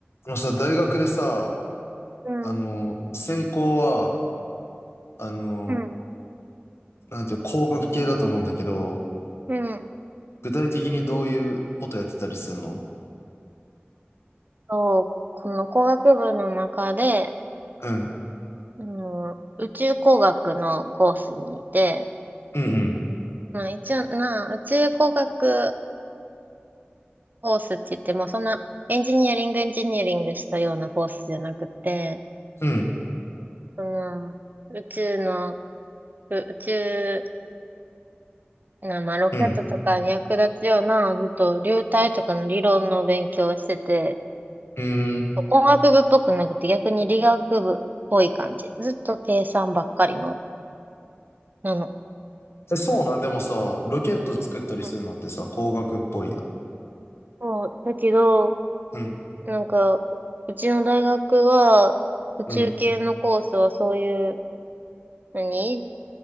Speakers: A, on the left; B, on the right.
A: あのさ、大学でさ、
B: うん、
A: あの、専攻は、あの、
B: うん、
A: なんていうの工学系だと思うんだけど、
B: うん。
A: 具体的にどういうことやってたりするの
B: そう、この工学部の中で、
A: うん。
B: あの、宇宙工学のコースにいて、
A: うんうん。
B: まあ一応な、宇宙工学コースって言っても、そんなエンジニアリングエンジニアリングしたようなコースじゃなくて、
A: うん。
B: その、宇宙の、う宇宙な、まあロケットとかに役立つような、
A: うん。
B: ずっと流体とかの理論の勉強をしてて、
A: うん。
B: 工学部っぽくなくて逆に理学部っぽい感じ。ずっと計算ばっかりのなの。
A: え、そうなんでもさ、ロケット作ったりするのってさ、
B: うん
A: 工学っぽいやん。
B: そう、だけど、
A: うん。
B: なんか、うちの大学は、宇宙系のコースはそういう、
A: うん。
B: 何